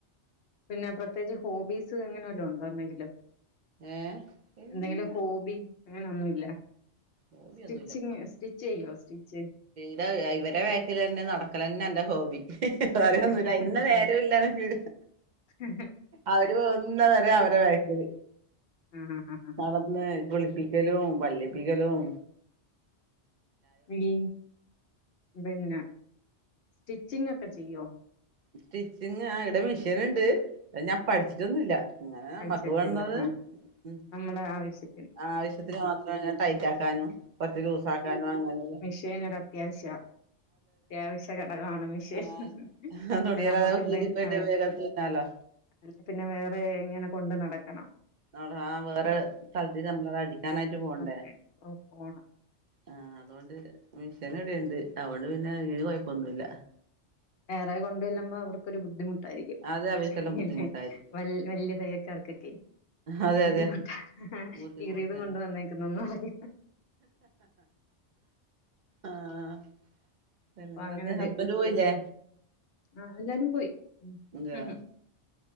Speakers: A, on the left; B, on the right.
A: പിന്നെ പ്രത്യേച്ച് ഹോബീസ് അങ്ങനെ വല്ലോം ഉണ്ടോ എന്തെങ്കിലും.
B: ഏഹ്
A: എന്തെങ്കിലും ഹോബി അങ്ങനെ ഒന്നുല്ല.
B: ഹോബിയൊന്നുല്ലപ്പാ
A: സ്റ്റിച്ചിങ് സ്റ്റിച്ച് ചെയ്യോ സ്റ്റിച്ച്?
B: <unintelligible> ഇവരെ ബാക്കിലെന്നെ നടക്കലെന്നെ എന്റെ ഹോബി. സൊറയൊന്നുല്ല
A: സ്റ്റിച്ച്?
B: അയ്ന്ന്ല്ലെ നേരു ഇല്ല എനക്ക്.
A: ആ,
B: അവര് പോവുന്ന വരെ അവരെ വേക്കില്.
A: ആഹാ ഹാ.
B: നടന്ന് കുളിപ്പിക്കലും പല്ലേപ്പിക്കലും.
A: വീ പിന്നെ സ്റ്റിച്ചിങ്ങൊക്കെ ചെയ്യോ?
B: സ്റ്റിച്ചിങ് ആഹ് ഈടെ മെഷീന്ണ്ട് ഞാൻ പഠിച്ചിട്ടൊന്നുല്ല. ഇങ്ങനെ നമ്മക്ക്
A: പഠിച്ചിട്ടില്ല
B: വേണുന്നത്
A: ആ
B: ഉം.
A: നമ്മുടെ ആവശ്യ
B: ആവശ്യത്തിന് മാത്രം ഇങ്ങനെ ടൈറ്റാക്കാനും കൊറച്ച് ലൂസാക്കാനും അങ്ങനെന്നെ.
A: ടൈറ്റെയ്യാൻ ഒരത്യാവശ്യവാ. അത്യാവശ്യ ഘടകമാണ് മിഷീൻ.
B: ആ
A: പിന്നെ
B: തുണിയല്ലാതെ
A: നമുക്കെന്തേം
B: കീറിപ്പോയിട്ട്
A: ആയ്
B: വേഗം തുന്നാലോ
A: അല്ലേ പിന്നെ വേറെ ഇങ്ങനെ കൊണ്ട് നടക്കണം.
B: നടാ ആഹ് വേറെ സ്ഥലത്തീക്ക് നമ്മളത് അടിക്കാനായിട്ട് പോണ്ടേ.
A: ഓക്കെ പോണം
B: ആഹ് അതോണ്ട് മിഷൻ ഇവിട്ണ്ട് അതോണ്ട് പിന്നെ അയന് കൊഴപ്പൊന്നുല്ല.
A: വേറെ കൊണ്ട് ചെല്ലുമ്പം അവർക്കൊര് ബുദ്ധിമു ട്ടായിയിരിക്കും.
B: അത് അവർക്കെല്ലാം ബുദ്ധിമുട്ടായിരിക്കും
A: ഇല്ലെ വൽ വല്ല്യ തയ്യൽക്കാർക്കൊക്കെ
B: അതെ
A: ബുദ്ധിമുട്ടാ
B: അതെ ബുദ്ധിമുട്ട്
A: കീറിയതും കൊണ്ട് വന്നേക്കുംന്നെന്നും പറഞ്ഞ്.
B: ആഹ്. പിന്നെന്താന്ന്,
A: അപ്പൊ അങ്ങനൊരു
B: ഹസ്ബന്ഡ് പോയില്ലേ?
A: ആഹ് എല്ലാരും പോയി ഉം.
B: അതെയോ
A: ഉം